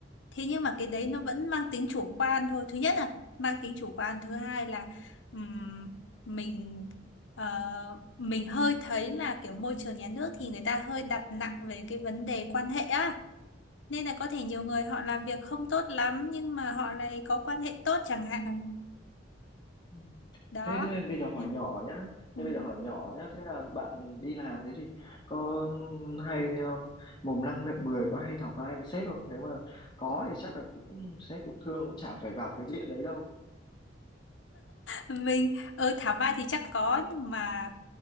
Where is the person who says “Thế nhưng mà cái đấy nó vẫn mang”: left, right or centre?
Left